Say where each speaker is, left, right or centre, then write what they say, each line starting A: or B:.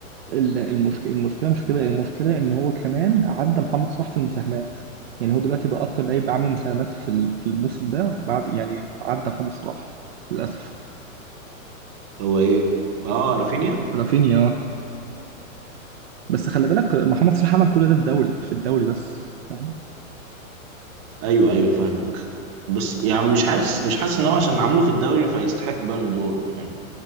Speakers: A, on the right; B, on the right.
A: ال- المشكله المشكله مش كده المشكله ان هو كمان عدى محمد صلاح في المساهمات يعني هو دلوقتي بقى اكتر لعيب عامل مساهمات في ال- في الموسم ده بعد يعني عدى محمد صلاح للاسف
B: هو ايه اه رافينيا
A: رافينيا بس خلي بالك محمد صلاح عمل كل ده في دوري في الدوري بس فاهم
B: ايوه ايوه فاهمك بس يعني مش حاسس مش حاسس ان هو عشان عامله في الدوري فيستحق بالون دور فاهم